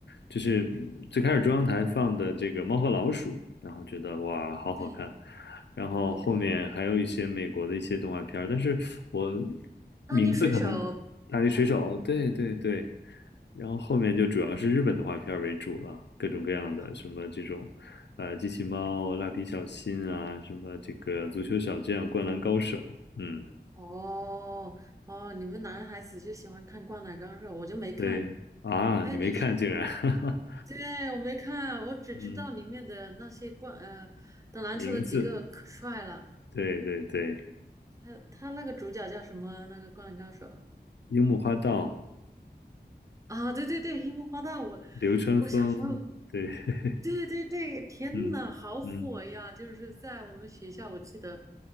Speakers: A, on the left; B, on the right.
A: 就是嗯最开始中央台放的这个《猫和老鼠》，然后觉得哇，好好看，
B: 对，
A: 然后后面还有一些美国的一些动画片儿，
B: 太好看了。
A: 但是我
B: 大力水手，
A: 名字可能《大力水手》，
B: 那个
A: 对对对。然后后面就主要是日本动画片儿为主了，各种各样的什么这种，
B: 啊，
A: 呃，机器猫、蜡笔小新啊，什么这个足球小将、灌篮高手，嗯，
B: 哦哦，你们男孩子就喜欢看《灌篮高手》，我就没看，
A: 对啊，
B: 还有那是，
A: 你没看竟然，<laughs>
B: 对，我没看，我只知道里面的那些冠呃打篮球的几个可帅了，
A: 嗯，名字，对对对，
B: 还有他那个主角叫什么啊？那个灌篮高手。
A: 樱木花道、
B: 啊，对对对，樱木花道，我
A: 流川枫，
B: 我小时候
A: 对，<laughs>
B: <laughs>，对对对，天呐，
A: 嗯嗯
B: 好火呀！就是在我们学校，我记得，